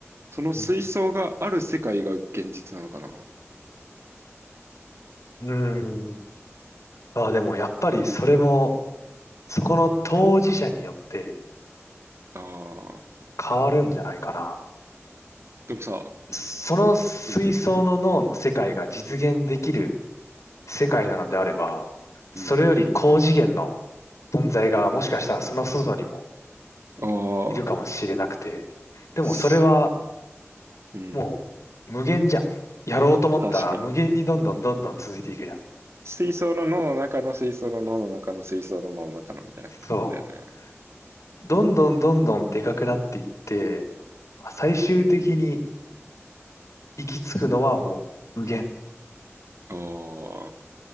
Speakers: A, on the right; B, on the left.
A: その水槽がある世界が現実なのかな
B: うん。うんまあでもやっぱりそれも、そこの当事者によって
A: ああー、
B: 変わるんじゃないかな。
A: でもさ、
B: その水槽の脳の世界が実現できる
A: うん、
B: 世界なのであれば、
A: うん、
B: それより高次元の存在がもしかしたらその外にも
A: あ
B: いるかもしれなくて、
A: あ、
B: でもそれは
A: すうん、
B: もう無限じゃん。やろうと思ったら無限にどんどんどんどん続いていくじゃん。
A: 確かに。水槽の脳の中の水槽の脳の中の水槽の脳の中のみたいなことだよね。
B: そう。どんどんどんどんでかくなっていって、まあ最終的に行き着くのはもう無限。
A: おー。